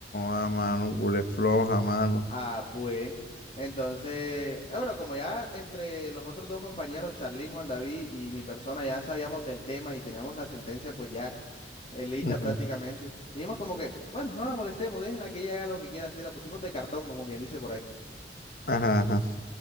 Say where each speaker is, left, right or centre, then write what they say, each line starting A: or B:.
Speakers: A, on the left; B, on the left.
A: a mano, culé floja, mano.
B: Ah, pues, entonces, eh, bueno, como ya entre los otros dos compañeros, Charlín, Juan David y mi persona, ya sabíamos del tema y teníamos la sentencia, pues ya. Elita
A: Ujú.
B: prácticamente. Dijimos como que, bueno, no la molestemos, déjenla que ella haga lo que quiera hacer. La pusimos de cartón, como quien dice por ahí.
A: Ajá, ajá.